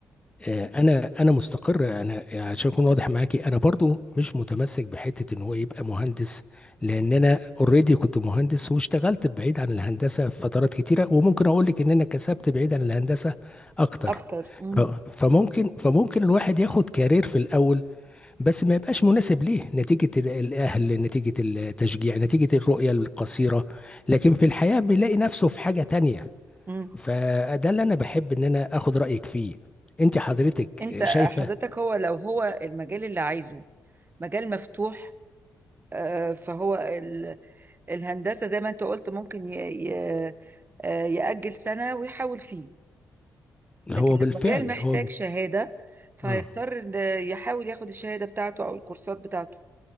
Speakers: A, on the left; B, on the right.
A: آه، انا انا مستقر انا عشان اكون واضح معاكي انا برضه مش متمسك بحته ان هو يبقى مهندس لان انا اوريدي كنت مهندس واشتغلت بعيد عن الهندسه في فترات كتيره وممكن اقول لك ان انا كسبت بعيد عن الهندسه اكتر
B: اكتر امم
A: ف- فممكن فممكن الواحد ياخد كارير في الاول بس ما يبقاش مناسب ليه نتيجة ال- الأهل نتيجة التشجيع نتيجة الرؤية القصيرة لكن في الحياة بيلاقي نفسه في حاجة تانية
B: امم
A: فده اللي أنا بحب إن أنا أخد رأيك فيه أنت حضرتك
B: انت
A: شايفة
B: حضرتك هو لو هو المجال اللي عايزه مجال مفتوح آه، فهو ال- الهندسة زي ما انت قلت ممكن ي- ي- آه، يأجل سنة ويحاول فيه
A: هو
B: لكن لو
A: بالفعل
B: مجال محتاج
A: هو
B: شهادة فهيضطر
A: آه.
B: إن يحاول ياخد الشهادة بتاعته او الكورسات بتاعته